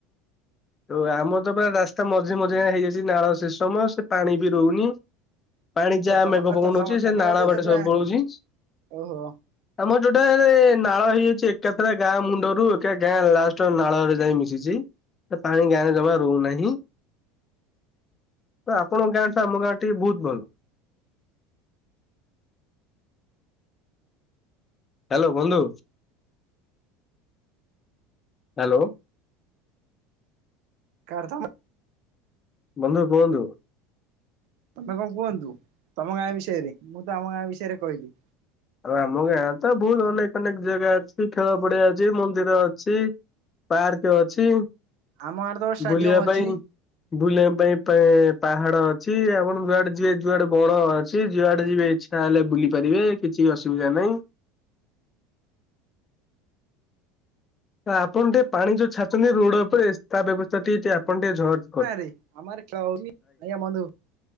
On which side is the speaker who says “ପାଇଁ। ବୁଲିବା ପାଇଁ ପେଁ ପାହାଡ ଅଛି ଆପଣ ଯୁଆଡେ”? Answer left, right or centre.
Left